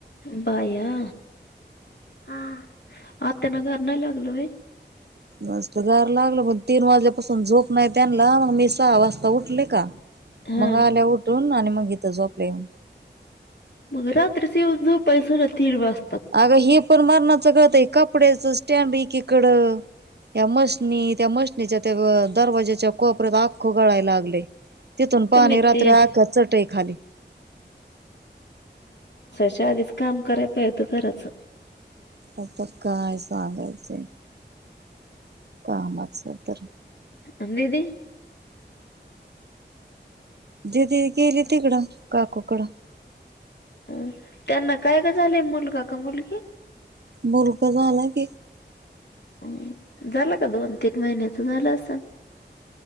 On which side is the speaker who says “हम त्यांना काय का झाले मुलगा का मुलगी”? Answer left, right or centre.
Left